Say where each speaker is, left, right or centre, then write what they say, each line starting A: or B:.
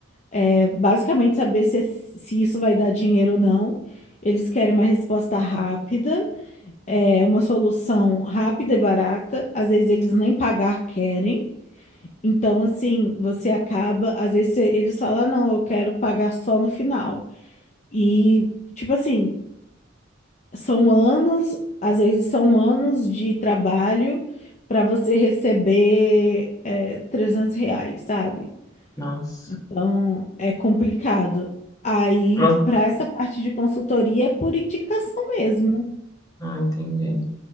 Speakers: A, on the left (about 35°); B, on the left (about 20°).
A: É basicamente saber se, se isso vai dar dinheiro ou não. Eles querem uma resposta rápida, é uma solução rápida e barata. Às vezes eles nem pagar querem. Então, assim, você acaba. Às vezes você- eles falam, "Ah, não, eu quero pagar só no final. E, tipo assim, são anos, às vezes são anos de trabalho para você receber, é, 300 reais, sabe?
B: Nossa.
A: Então, é complicado. Aí,
B: Nossa,
A: para essa parte de consultoria, é por indicação mesmo.
B: ah, entendi.